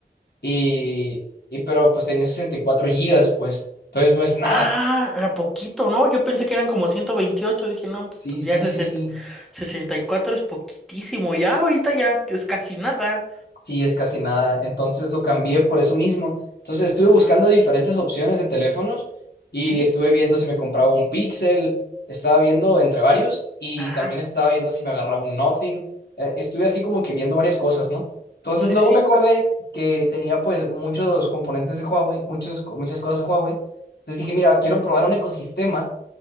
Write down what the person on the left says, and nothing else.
y, y pero pues tenía 64 gigas, pues, entonces no es nada.
Sí,
sí,
sí, sí.
Sí, es casi nada. Entonces lo cambié por eso mismo. Entonces estuve
buscando diferentes opciones de teléfonos y
estuve viendo si me compraba un Pixel, estaba viendo entre varios y
también estaba viendo si me agarraba un Nothing. Eh, estuve así como que viendo varias cosas, ¿no? Entonces
luego
me acordé que tenía pues muchos componentes de Huawei, muchos, co- muchas cosas de Huawei. Entonces dije, mira, quiero probar un ecosistema